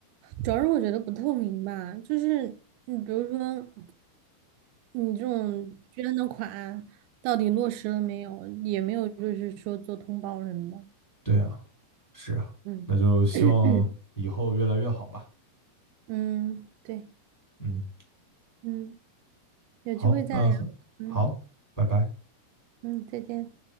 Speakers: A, on the right; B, in the centre.
A: 主要是我觉得不透明吧，就是你比如说你这种捐的款到底落实了没有，也没有就是说做通报什么的。
B: 对啊，是啊，
A: 嗯
B: 那就希望以后越来越好吧，
A: <coughs> <clears throat> 嗯，对，
B: 嗯，
A: 嗯，有机会再聊。
B: 好，那很好，
A: 嗯
B: 拜拜。
A: 嗯，再见。